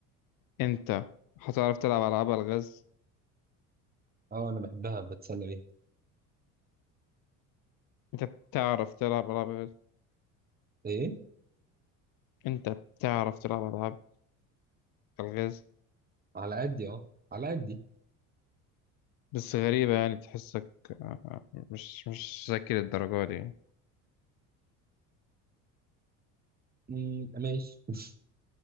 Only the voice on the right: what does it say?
آه، انا بحبها بتسلى بيها
ايه
على قدي اه على قدي
مم، ماشي <laughs>